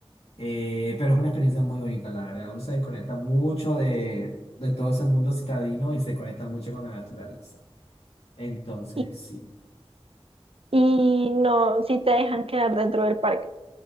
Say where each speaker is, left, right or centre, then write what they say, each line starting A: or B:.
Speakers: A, on the left; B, on the right.
A: eh, pero es una experiencia muy bonita, la verdad. Uno se desconecta mucho de, de todo ese mundo citadino y se conecta mucho con la naturaleza. Entonces,
B: Y,
A: sí.
B: y no, sí te dejan quedar dentro del parque.